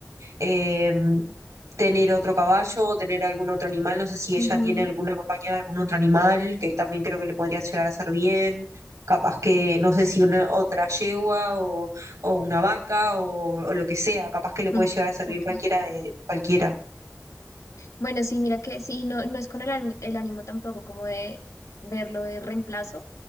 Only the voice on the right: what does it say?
eh, tener otro caballo o tener algún otro animal, no sé si ella
tiene alguna compañera algún otro animal, que también creo que le podría llegar a hacer bien. Capaz que, no sé si una otra yegua o, o una vaca o, o lo que sea, capaz que le puede
llegar a hacer bien
cualquiera de cualquiera.